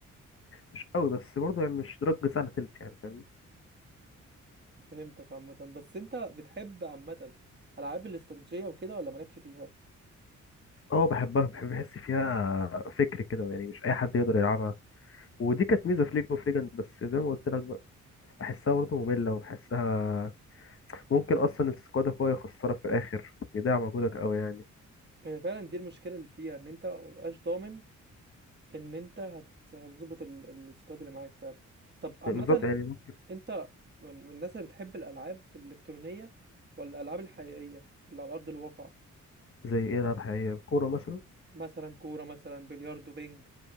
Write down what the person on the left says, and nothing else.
مش قوي بس برضه يعني مش درجة ساعة إلا تلت يعني فاهمني
أه بحبها بحب أحس فيها فكر كده يعني مش أي حد يقدر يلعبها ودي كانت ميزه في ليج اوف ليجند بس زي ما قلت لك بقى بحسها برضه ممله وبحسها ممكن اصلا السكواد قوي يخسرك في الاخر يضيع مجهودك قوي يعني
بالظبط يعني ممكن
زي ايه العاب حقيقيه كوره مثلا